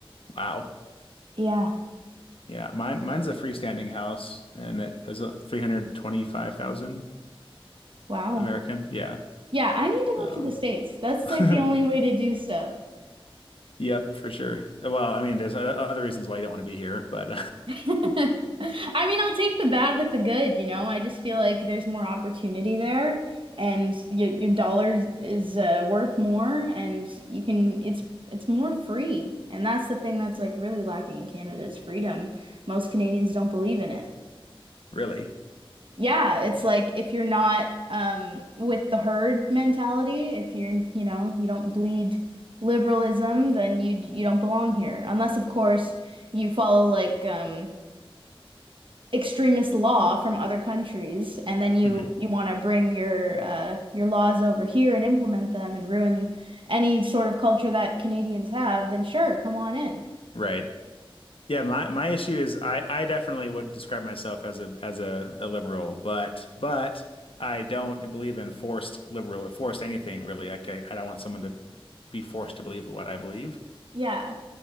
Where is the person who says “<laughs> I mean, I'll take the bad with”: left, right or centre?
Right